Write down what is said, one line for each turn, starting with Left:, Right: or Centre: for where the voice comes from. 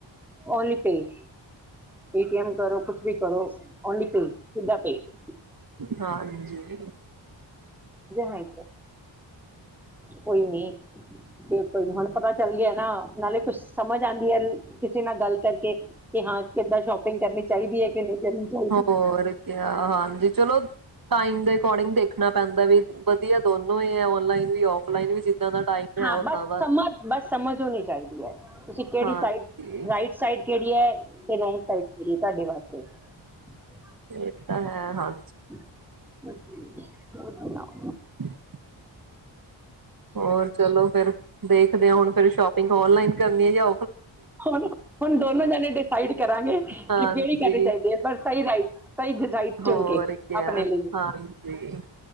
Centre: ਓਨਲੀ ਪੇਜ ਏਟੀਐਮ ਕਰੋ ਕੁਛ ਵੀ ਕਰੋ ਓਨਲੀ ਦਾ ਪੇਕਜ
Right: ਹਾਂਜੀ
Centre: ਹੈ ਕੋਈ ਨੀ ਕੋਈ ਹੁਣ ਪਤਾ ਚੱਲ ਗਿਆ ਨਾ ਨਾਲੇ ਕੁਛ ਸਮਝ ਆਉਂਦੀ ਹੈ ਕਿਸੇ ਨਾਲ ਗੱਲ ਕਰਕੇ ਕਿ ਹਾਂ ਕਿੱਦਾਂ ਸ਼ੋਪਿੰਗ ਕਰਨੀ ਚਾਹੀਦੀ ਹੈ ਕਿ ਨਹੀਂ ਕਰਨੀ ਚਾਹੀਦੀ
Right: ਹੋਰ ਹਾਂਜੀ ਚਲੋ ਟਾਈਮ ਦੇ ਅਕੋਰਡਿੰਗ ਦੇਖ ਦੱਸਣਾ ਪੈਂਦਾ ਵਧੀਆ ਦੋਨੋ ਹੀ ਹੈੁ ਵੀ ਔਫਲਾਈਨ ਵੀ ਜਿੱਦਾਂ ਦਾ ਟਾਈਮ
Centre: ਹਾਂ
Right: ਹੈ ਓਦਾਂ
Centre: ਬਸ
Right: ਦਾ
Centre: ਸਮਝ ਬਸ ਸਮਝ ਹੋਣੀ ਚਾਹੀਦੀ ਹੈ ਤੁਸੀਂ ਕਿਹੜੀ
Right: ਹਾਂਜੀ
Centre: ਸਾਈਡ ਰਾਈਟ ਸਾਈਡ ਕਿਹੜੀ ਹੈ ਤੇ ਰੋਂਗ ਸਾਈਡ ਕਿਹੜੀ ਹੈ ਤੁਹਾਡੇ ਵਾਸਤੇ ਤੇ
Right: ਇਹ ਤਾਂ ਹੈ ਹਾਂ
Centre: ਅ ਹ
Right: <unintelligible> ਹੋਰ ਚਲੋ ਫੇਰ ਦੇਖਦੇ ਹੋ ਹੁਣ ਫਿਰ ਸ਼ੋਪਿੰਗ ਔਨਲਾਈਨ ਕਰਨੀ ਹੈ ਜਾ
Centre: ਹੁਣ ਹੁਣ ਦੋਨੋ ਜਾਣੇ ਡਿਸਾਈਡ ਕਰਾਂਗੇ ਕਿ
Right: ਹਾਂਜੀ
Centre: ਕਿਹੜੀ ਕਰਨੀ ਚਾਹੀਦੀ ਹੈ ਪਰ ਸਹੀ ਰ ਸਹੀ ਰਾਈਟ ਚੁਣ
Right: ਹੋਰ
Centre: ਕੇ
Right: ਕਿਆ
Centre: ਆਪਣੇ ਲਈ
Right: ਹਾਂਜੀ।